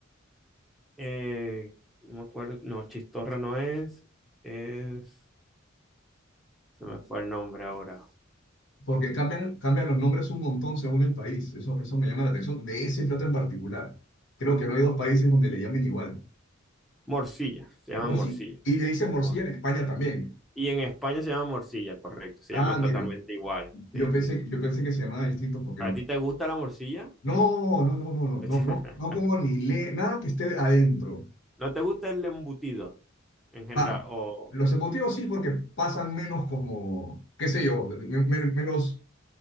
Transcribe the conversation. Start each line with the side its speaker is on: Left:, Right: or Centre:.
Centre: Eh, no me acuerdo, no, chistorra no es, es, se me fue el nombre ahora.
Left: Porque cambian, cambian los nombres un montón según el país. Eso, eso me llama la atención. De ese plato en particular. Creo que no hay dos países donde le llamen igual.
Centre: Morcilla, se llama
Left: Morci-
Centre: morcilla.
Left: Y le dicen
Centre: Mor-
Left: morcilla en España también.
Centre: y en España se llama morcilla, correcto, se
Left: Ah,
Centre: llama
Left: mira.
Centre: totalmente igual.
Left: Yo
Centre: Sí,
Left: pensé,
Centre: sí. sí.
Left: yo pensé que se llamaban distintos porque...
Centre: ¿A ti te gusta la morcilla?
Left: No, no, no, no, no,
Centre: <laughs>
Left: no, no. No como ni le... Nada que esté adentro.
Centre: ¿No te gusta el embutido en general?
Left: Ah,
Centre: O,
Left: los emotivos sí porque pasan menos como... qué sé yo, me- me- menos